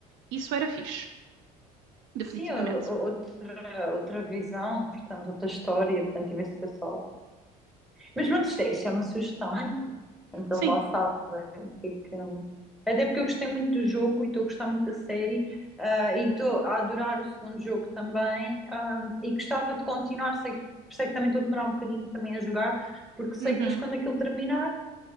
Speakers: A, on the right; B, in the centre.
A: Isso era fixe, definitivamente.
B: Sim, o- o- outra, outra visão, portanto, outra história, portanto, em vez de ser só. um. Mas pronto, isto é, isto é uma sugestão. Portanto,
A: Sim.
B: eles lá sabem o que é que. hum, Até porque eu gostei muito do jogo e estou a gostar muito da série, ah, e estou a adorar o segundo jogo também, ah, e gostava de continuar, sei que sei que também estou a demorar um bocadinho também a jogar, porque sei
A: Uhum.
B: que depois quando aquilo terminar,